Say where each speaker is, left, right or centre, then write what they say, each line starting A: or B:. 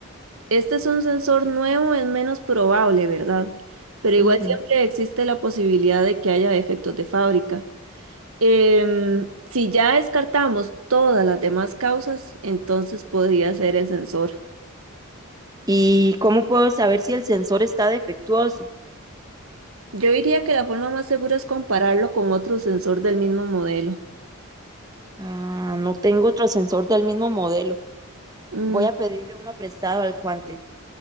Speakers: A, on the right; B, on the right.
A: Este es un sensor nuevo, es menos probable, ¿verdad? Pero
B: Ujú.
A: igual siempre existe la posibilidad de que haya defectos de fábrica. Em, si ya descartamos todas las demás causas, entonces podría ser el sensor.
B: ¿Y cómo puedo saber si el sensor está defectuoso?
A: Yo diría que la forma más segura es compararlo con otro sensor del mismo modelo.
B: Ah, no tengo otro sensor del mismo modelo.
A: Mm,
B: Voy a pedirle uno prestado al Quantech.